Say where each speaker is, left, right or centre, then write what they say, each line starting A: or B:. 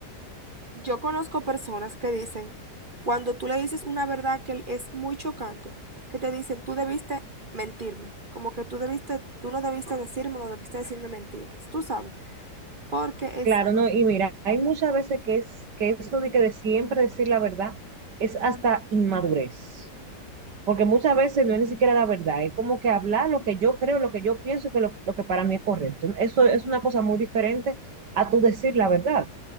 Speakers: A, on the right; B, on the right.
A: Yo conozco personas que dicen, cuando tú le dices una verdad que es muy chocante, que te dicen, tú debiste mentirme, como que tú debiste, tú no debiste decirme, no debiste decirme mentiras, tú sabes, porque es
B: Claro, no, y mira, hay muchas veces que es que eso de que de siempre decir la verdad es hasta inmadurez. Porque muchas veces no es ni siquiera la verdad, es como que hablar lo que yo creo, lo que yo pienso y que lo, lo que para mí es correcto. Eso es una cosa muy diferente a tú decir la verdad.